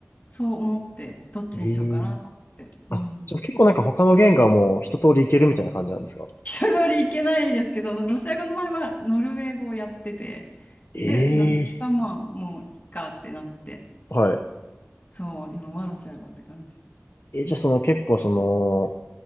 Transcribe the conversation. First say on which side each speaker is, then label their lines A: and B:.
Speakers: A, on the left; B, on the left.
A: そう思って、どっちにしようかなと思って。
B: えー、あ、
A: うん。
B: じゃあ結構なんか他の言語はもう一通りいけるみたいな感じなんですか
A: 一通りいけないですけど、ロシア語の前はノルウェー語をやってて、
B: ええ
A: で、ノルウェー語がまあもういっかってなって。
B: はい。
A: そう、今はロシア語って感じ。
B: え、じゃあその結構その、